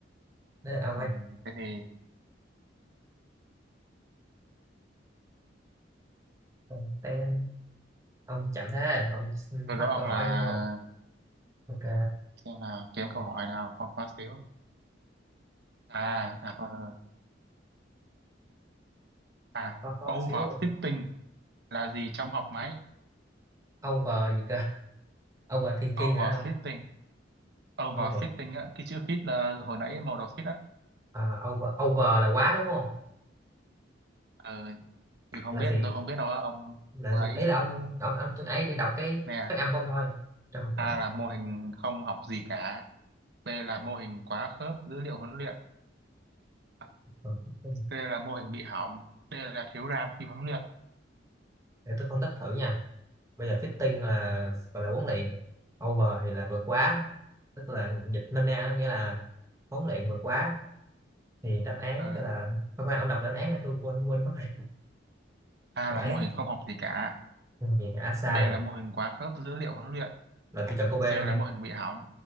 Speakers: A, on the right (about 15°); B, on the right (about 60°).
A: đấy là ông
B: Ừ.
A: ấy
B: Thế thì
A: Còn tên ông chậm thế ông xin
B: tôi
A: hết
B: đố ông
A: câu hỏi
B: là...
A: đúng không ok
B: Xem nào, kiếm câu hỏi nào khó khó xíu. À, à, thôi, thôi. à,
A: khó khó
B: overfitting
A: xíu luôn
B: là gì trong học máy?
A: over gì cơ <laughs> Over overthinking
B: Overfitting.
A: hả không
B: Overfitting
A: over
B: á, cái chữ fit là hồi nãy màu đỏ fit á
A: à, over over là quá đúng không
B: ờ, thì không
A: là
B: biết
A: gì
B: tôi không biết đâu á, ông
A: là
B: ấy
A: gì? ấy là ông ông ông tôi ấy đang đọc cái
B: nè
A: phát âm của ông thôi trong học
B: A
A: máy
B: là mô hình không học gì cả B là mô hình quá khớp dữ liệu huấn luyện À,
A: Còn fitting,
B: C là mô hình bị hỏng D là thiếu RAM khi huấn luyện
A: để tôi phân tích thử nha bây giờ fitting là gọi là huấn luyện over thì là vượt quá tức là dịch nôm na nó nghĩa là huấn luyện vượt quá thì đáp án
B: ờ,
A: sẽ là khoan khoan ông đọc đáp án này tôi quên quên mất rồi.
B: A
A: đáp
B: là
A: án
B: mô hình không học gì cả
A: nhưng mà việc đã sai
B: B
A: này
B: là mô hình quá khớp dữ liệu huấn luyện
A: rồi tôi chọn cô B
B: C là
A: luôn đi
B: mô hình bị hỏng